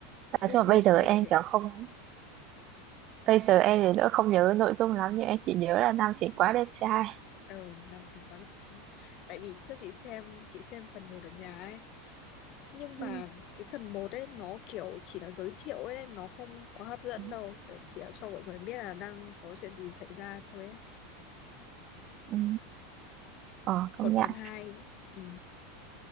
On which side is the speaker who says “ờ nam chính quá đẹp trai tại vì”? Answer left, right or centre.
Left